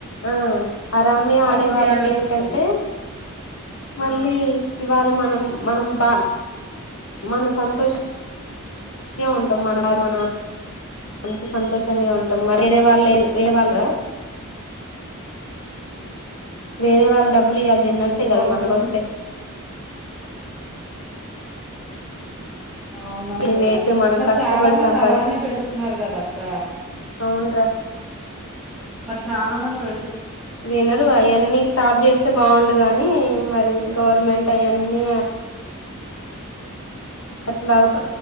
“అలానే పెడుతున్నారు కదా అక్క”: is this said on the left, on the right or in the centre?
Centre